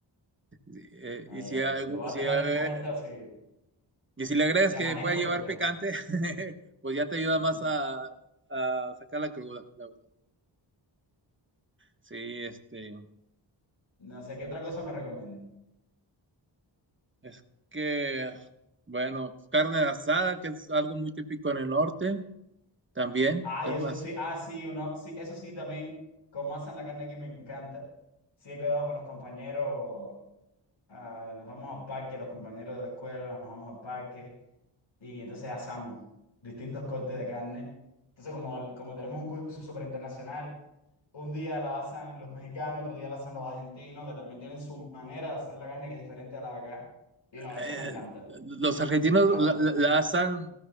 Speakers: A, on the right (about 25°); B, on the left (about 80°).
A: Sí, eh,
B: ah,
A: Y,
B: ya
A: si, hay-
B: lo, lo voy
A: si,
B: a tener
A: hay-
B: en cuenta si,
A: y si le agregas
B: si amanezco
A: que puede llevar
B: un día.
A: picante, <laughs> pues ya te ayuda
B: <laughs>
A: más a, a sacar la cruda, la verdad. Sí, este,
B: No sé qué otra cosa me recomiendo.
A: es que, bueno, carne asada, que es algo muy típico en el norte, también,
B: Ah,
A: carnes.
B: y eso sí, ah, sí, uno, sí, eso sí también, como hacen la carne aquí me encanta. Sí, he quedado con los compañeros ah, nos vamos al parque, los compañeros de la escuela, nos vamos al parque y entonces asamos distintos cortes de carne. Entonces, como, como tenemos un curso súper internacional, un día la asan los mexicanos, otro día la asan los argentinos, que también tienen su manera de hacer la carne que es diferente a la de acá. Y no, eso
A: eh,
B: me encanta,
A: los argentinos
B: me encanta,
A: la,
B: me
A: la-
B: encanta.
A: la hacen